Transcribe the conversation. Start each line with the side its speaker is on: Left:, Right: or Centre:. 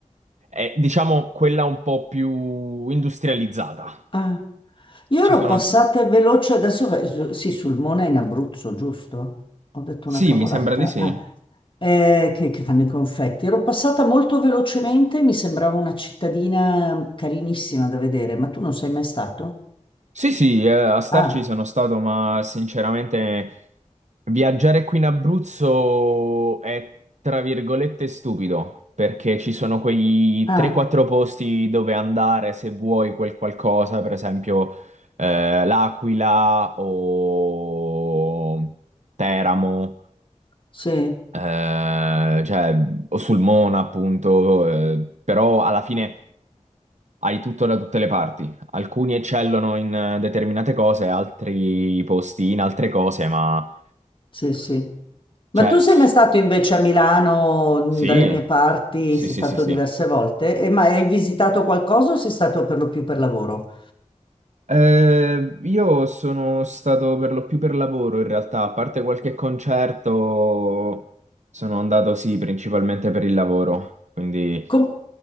Right: è, diciamo, quella un po' più industrializzata.
Left: Ah, io
Right: Ci
Left: ero
Right: sono...
Left: passata veloce, adesso fa- su- sì, sul Mona in Abruzzo, giusto? Ho detto
Right: Sì,
Left: una cavolata.
Right: mi sembra di sì.
Left: Ah, eh, che, che fanno i confetti. Ero passata molto velocemente, mi sembrava una cittadina carinissima da vedere, ma tu non sei mai stato?
Right: Sì, sì, eh, a starci
Left: Ah,
Right: sono stato, ma sinceramente viaggiare qui in Abruzzo è tra virgolette stupido, perché ci sono quei
Left: ah,
Right: 3-4 posti dove andare se vuoi quel qualcosa, per esempio eh, L'Aquila o Teramo
Left: sì,
Right: eh, cioè, o sul Mona, appunto, eh, però alla fine hai tutto da tutte le parti. Alcuni eccellono in eh, determinate cose, altri posti in altre cose, ma
Left: sì, sì. Ma
Right: cioè,
Left: tu sei
Right: s-
Left: mai stato invece a Milano, mh,
Right: sì,
Left: dalle mie parti,
Right: sì,
Left: sei
Right: sì,
Left: stato
Right: sì, sì.
Left: diverse volte, e ma hai visitato qualcosa o sei stato per lo più per lavoro?
Right: Eh, io sono stato per lo più per lavoro in realtà, a parte qualche concerto, sono andato sì, principalmente per il lavoro, quindi...
Left: Com-